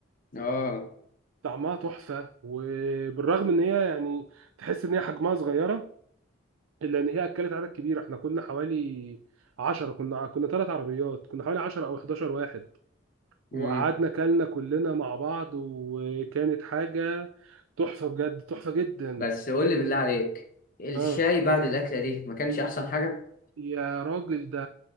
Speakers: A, on the left (about 45°); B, on the right (about 85°).
A: اه
B: طعمها تحفه وبالرغم ان هي يعني تحس ان هي حجمها صغيره الا ان هي اكلت عدد كبير احنا كنا حوالي 10 كنا كنا ثلاث عربيات كنا حوالي 10 او 11 واحد وقعدنا
A: امم
B: كلنا كلنا مع بعض وكانت حاجه تحفه بجد تحفه جدا
A: بس قول لي بالله عليك الشاي
B: اه
A: بعد الأكلة دي ما كانش أحسن حاجة
B: يا راجل ده